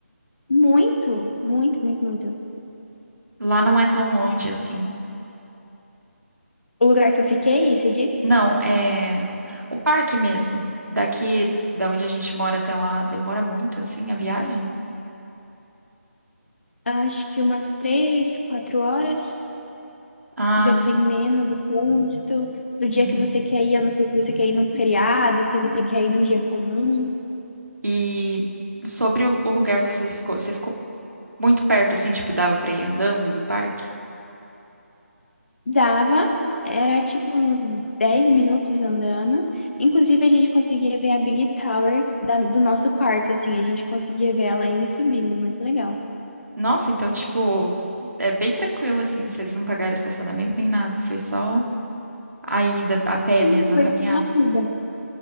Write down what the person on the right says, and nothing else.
lá não é tão longe assim.
Não, é o parque mesmo. Daqui da onde a gente mora até lá demora muito, assim, a viagem?
Ah,
sim.
Uhum.
E sobre o, o lugar que você ficou, você ficou muito perto, assim, tipo, dava pra ir andando do parque?
Nossa, então, tipo, é bem tranquilo, assim, vocês não pagaram estacionamento nem nada, foi só a ida a pé
mesmo,
a caminhada.